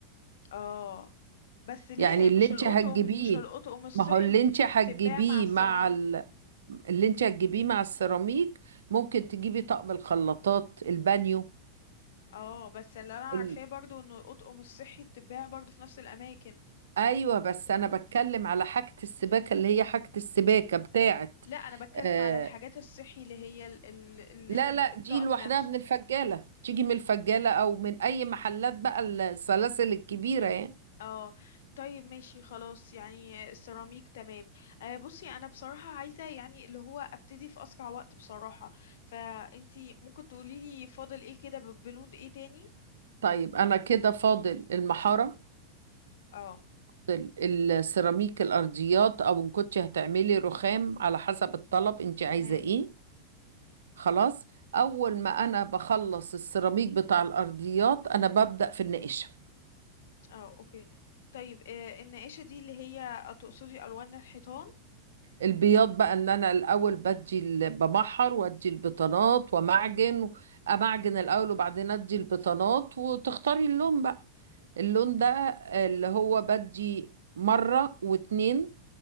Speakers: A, on the left (about 55°); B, on the right (about 65°).
A: اه بس ليه
B: يعني
A: هي
B: اللي
A: مش
B: انت
A: القطقم
B: هتجيبيه
A: مش القطقم الصحي
B: ما هو اللي انت هتجيبيه
A: بتتباع مع السيراميك
B: مع ال... اللي انت هتجيبيه مع السيراميك ممكن تجيبي طقم الخلاطات البانيو
A: اه بس اللي انا عارفاه
B: ال...
A: برضو ان القطقم الصحي بتتباع برضو في نفس الاماكن
B: ايوه بس انا بتكلم على حاجة السباكة اللي هي حاجة السباكة بتاعت
A: لا انا بتكلم
B: آه،
A: على الحاجات الصحي اللي هي ال ال ال
B: لا
A: ال
B: لا
A: الطقم
B: دي لوحدها
A: نفسه
B: من الفجالة تيجي من الفجالة أو من أي محلات بقى السلاسل الكبيرة يعني
A: اه طيب ماشي خلاص يعني السيراميك تمام آه بصي انا بصراحة عايزة يعني اللي هو ابتدي في اسرع وقت بصراحة فانتي ممكن تقوليلي فاضل ايه كده بنود ايه تاني
B: طيب أنا كده فاضل المحارة
A: اه
B: ال- السيراميك الأرضيات أو إن كنت هتعملي رخام على حسب الطلب أنت عايزة
A: تمام
B: إيه خلاص أول ما أنا بخلص السيراميك بتاع الأرضيات أنا ببدأ في النقش
A: اه اوكي طيب آه، النقاشة دي اللي هي تقصدي ألوان الحيطان
B: البياض بقى ان انا الاول بدي ال- بمحر وادي البطانات ومعجن امعجن الاول وبعدين ادي البطانات وتختاري اللون بقى اللون ده اللي هو بدي مرة واتنين